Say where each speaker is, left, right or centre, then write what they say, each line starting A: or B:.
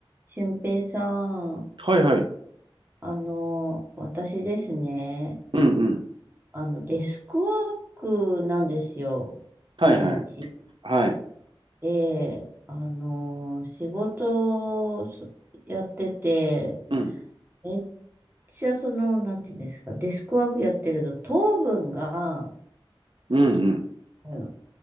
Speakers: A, on the right; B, on the right.
A: 俊平さん、
B: はいはい。
A: あの、私ですね、
B: うんうん。
A: あの、デスクワークなんですよ、
B: はいはい。
A: 毎日。
B: はい。
A: で、あの、仕事をそやってて、
B: うん。
A: めっちゃその、なんていうんですか、デスクワークやってると、糖分が、
B: うんうん。
A: うん